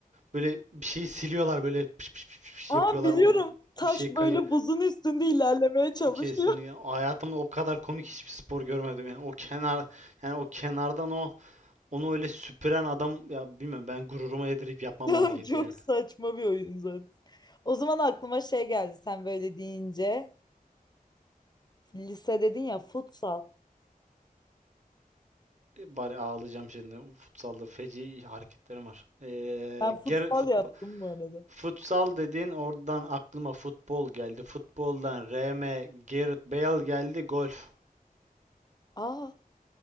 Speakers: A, on the right; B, on the left.
A: böyle bir şeyi siliyorlar böyle piş piş piş piş
B: aa
A: yapıyorlar
B: biliyorum.
A: o
B: Taş
A: bir şey
B: böyle
A: kayı.
B: buzun üstünde ilerlemeye çalışıyor.
A: Kesinlikle. Hayatımda o kadar komik hiçbir spor görmedim yani. O kenar yani o kenardan o onu öyle süpüren adam ya bilmiyorum ben gururuma yedirip yapmam
B: Tamam
A: o hareketi
B: Tamam çok
A: yani.
B: saçma bir oyun zaten. O zaman aklıma şey geldi sen böyle deyince. Lise dedin ya futsal.
A: E, Bari ağlayacağım şimdi. Futsalda feci hareketlerim var. Ee,
B: Ben futsal
A: ger futbol,
B: yaptım bu arada.
A: futsal dedin oradan aklıma futbol geldi. Futboldan R. M. Gareth Bale geldi. Golf.
B: Aa